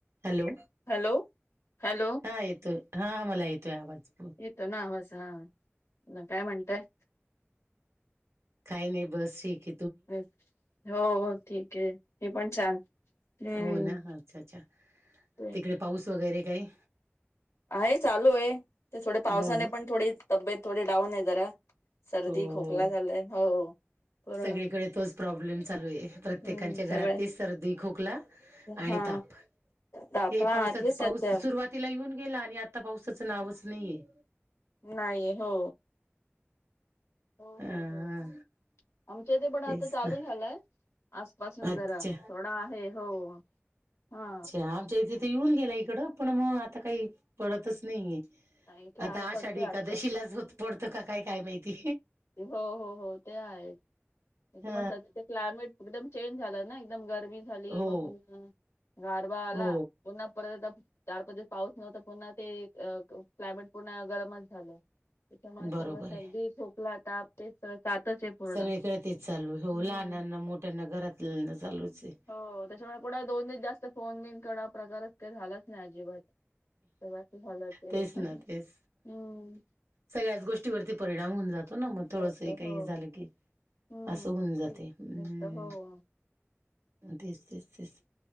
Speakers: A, on the right; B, on the left.
A: Hello
B: hello hello
A: हा येतोय हा मला येतोय आवाज बत
B: तो ना आवाज हा काय म्हणतय
A: काही नाही बस शिक
B: अ् हो ठीक आहे हे पण छान हम्म
A: हो ना अच्छा अच्छा
B: ते
A: तिकडे पाऊस वगैरे काही
B: आहे चालू आहे ते थोडे पावसाने
A: हो ना
B: पण थोडी तब्येत थोडी डाऊन आहे जरा सर्दी
A: हो हो
B: खोकला झालाय हो पूर्ण
A: सगळीकडे तोच प्रॉब्लेम चालू आहे प्रत्येकच्या
B: हम्म
A: घरात
B: सगळे
A: त सर्दी खोकला आणि
B: हा
A: ताप
B: ताप
A: हे
B: हा
A: पावसाच
B: तेच सध्या
A: पाऊस सुरुवातीला येऊन गेला आणि आता पावसाचं नावच नाहीये
B: नाही हो हो
A: अ
B: हो हो आमच्या इ ते पण आता
A: तेच
B: चालू
A: ना
B: झालंय आसपासून
A: अच्छा
B: जरा थोडा आहे हो हा
A: हम येऊन गेला इकडं पण मग आता काही पडतच नाहीे
B: नाही, इथे आहे
A: आता आषाढी
B: पडते
A: एकादशीलाच
B: आजपासून
A: होत पडतं का काय काय माहिती
B: हो हो हो ते आहेथ
A: ह
B: म्हणत ते क्लायमेट एकदम चेंज झालं ना एकदम गरमी झाली
A: हो
B: मग गारबा आला
A: हो
B: पुन्हा परत चार पदस पाऊस नव्हता पुन्हा ते क्लायमेट पूर्ण गरमच झालं त्याच्यामुळे
A: बरोबर
B: सगळं सर्दी
A: आहे
B: खोकला ताप ते सगळ सातच आहे पूर्ण.
A: सगळीकडे तेच चालू आहे हो
B: हम्म.
A: लहनांना मोठ्यांना घरात लना चालूच आहे
B: हो त्याच्यामुळे कुणा दोन दिस जास्त फोन बिन क प्रकारच काही झालाच नाही अजिबात सगळं असं झालं ते
A: तेच ना तेच
B: हम्म
A: सगळ्याच गोष्टीवरती परिणाम होऊन जातो ना मग थोडस
B: जात
A: काही
B: हो
A: झालं की
B: हम्म.
A: असं होऊन
B: तेच.
A: जाते हम
B: जातं, हो
A: तेच तेच तेच